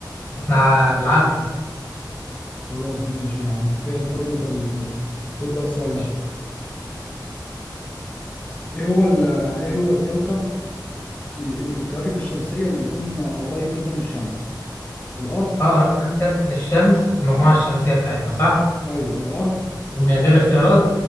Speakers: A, on the left; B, on the left.
A: احنا ع- بالعدل
B: خلاص ماشي يا عم أنت كده الفرق نقطة ليك ماشي خد بقى السؤال
A: ماشي
B: ده إيه هو ال- إيه هو الكوكب من- اللي من الكواكب الشمسية اللي بيكون قريب جدا من الشمس؟ الأرض؟
A: أقرب كوكب للشمس في المجموعة
B: آه،
A: الشمسية بتاعتنا صح؟
B: ايوه الارض
A: ومن غير اختيارات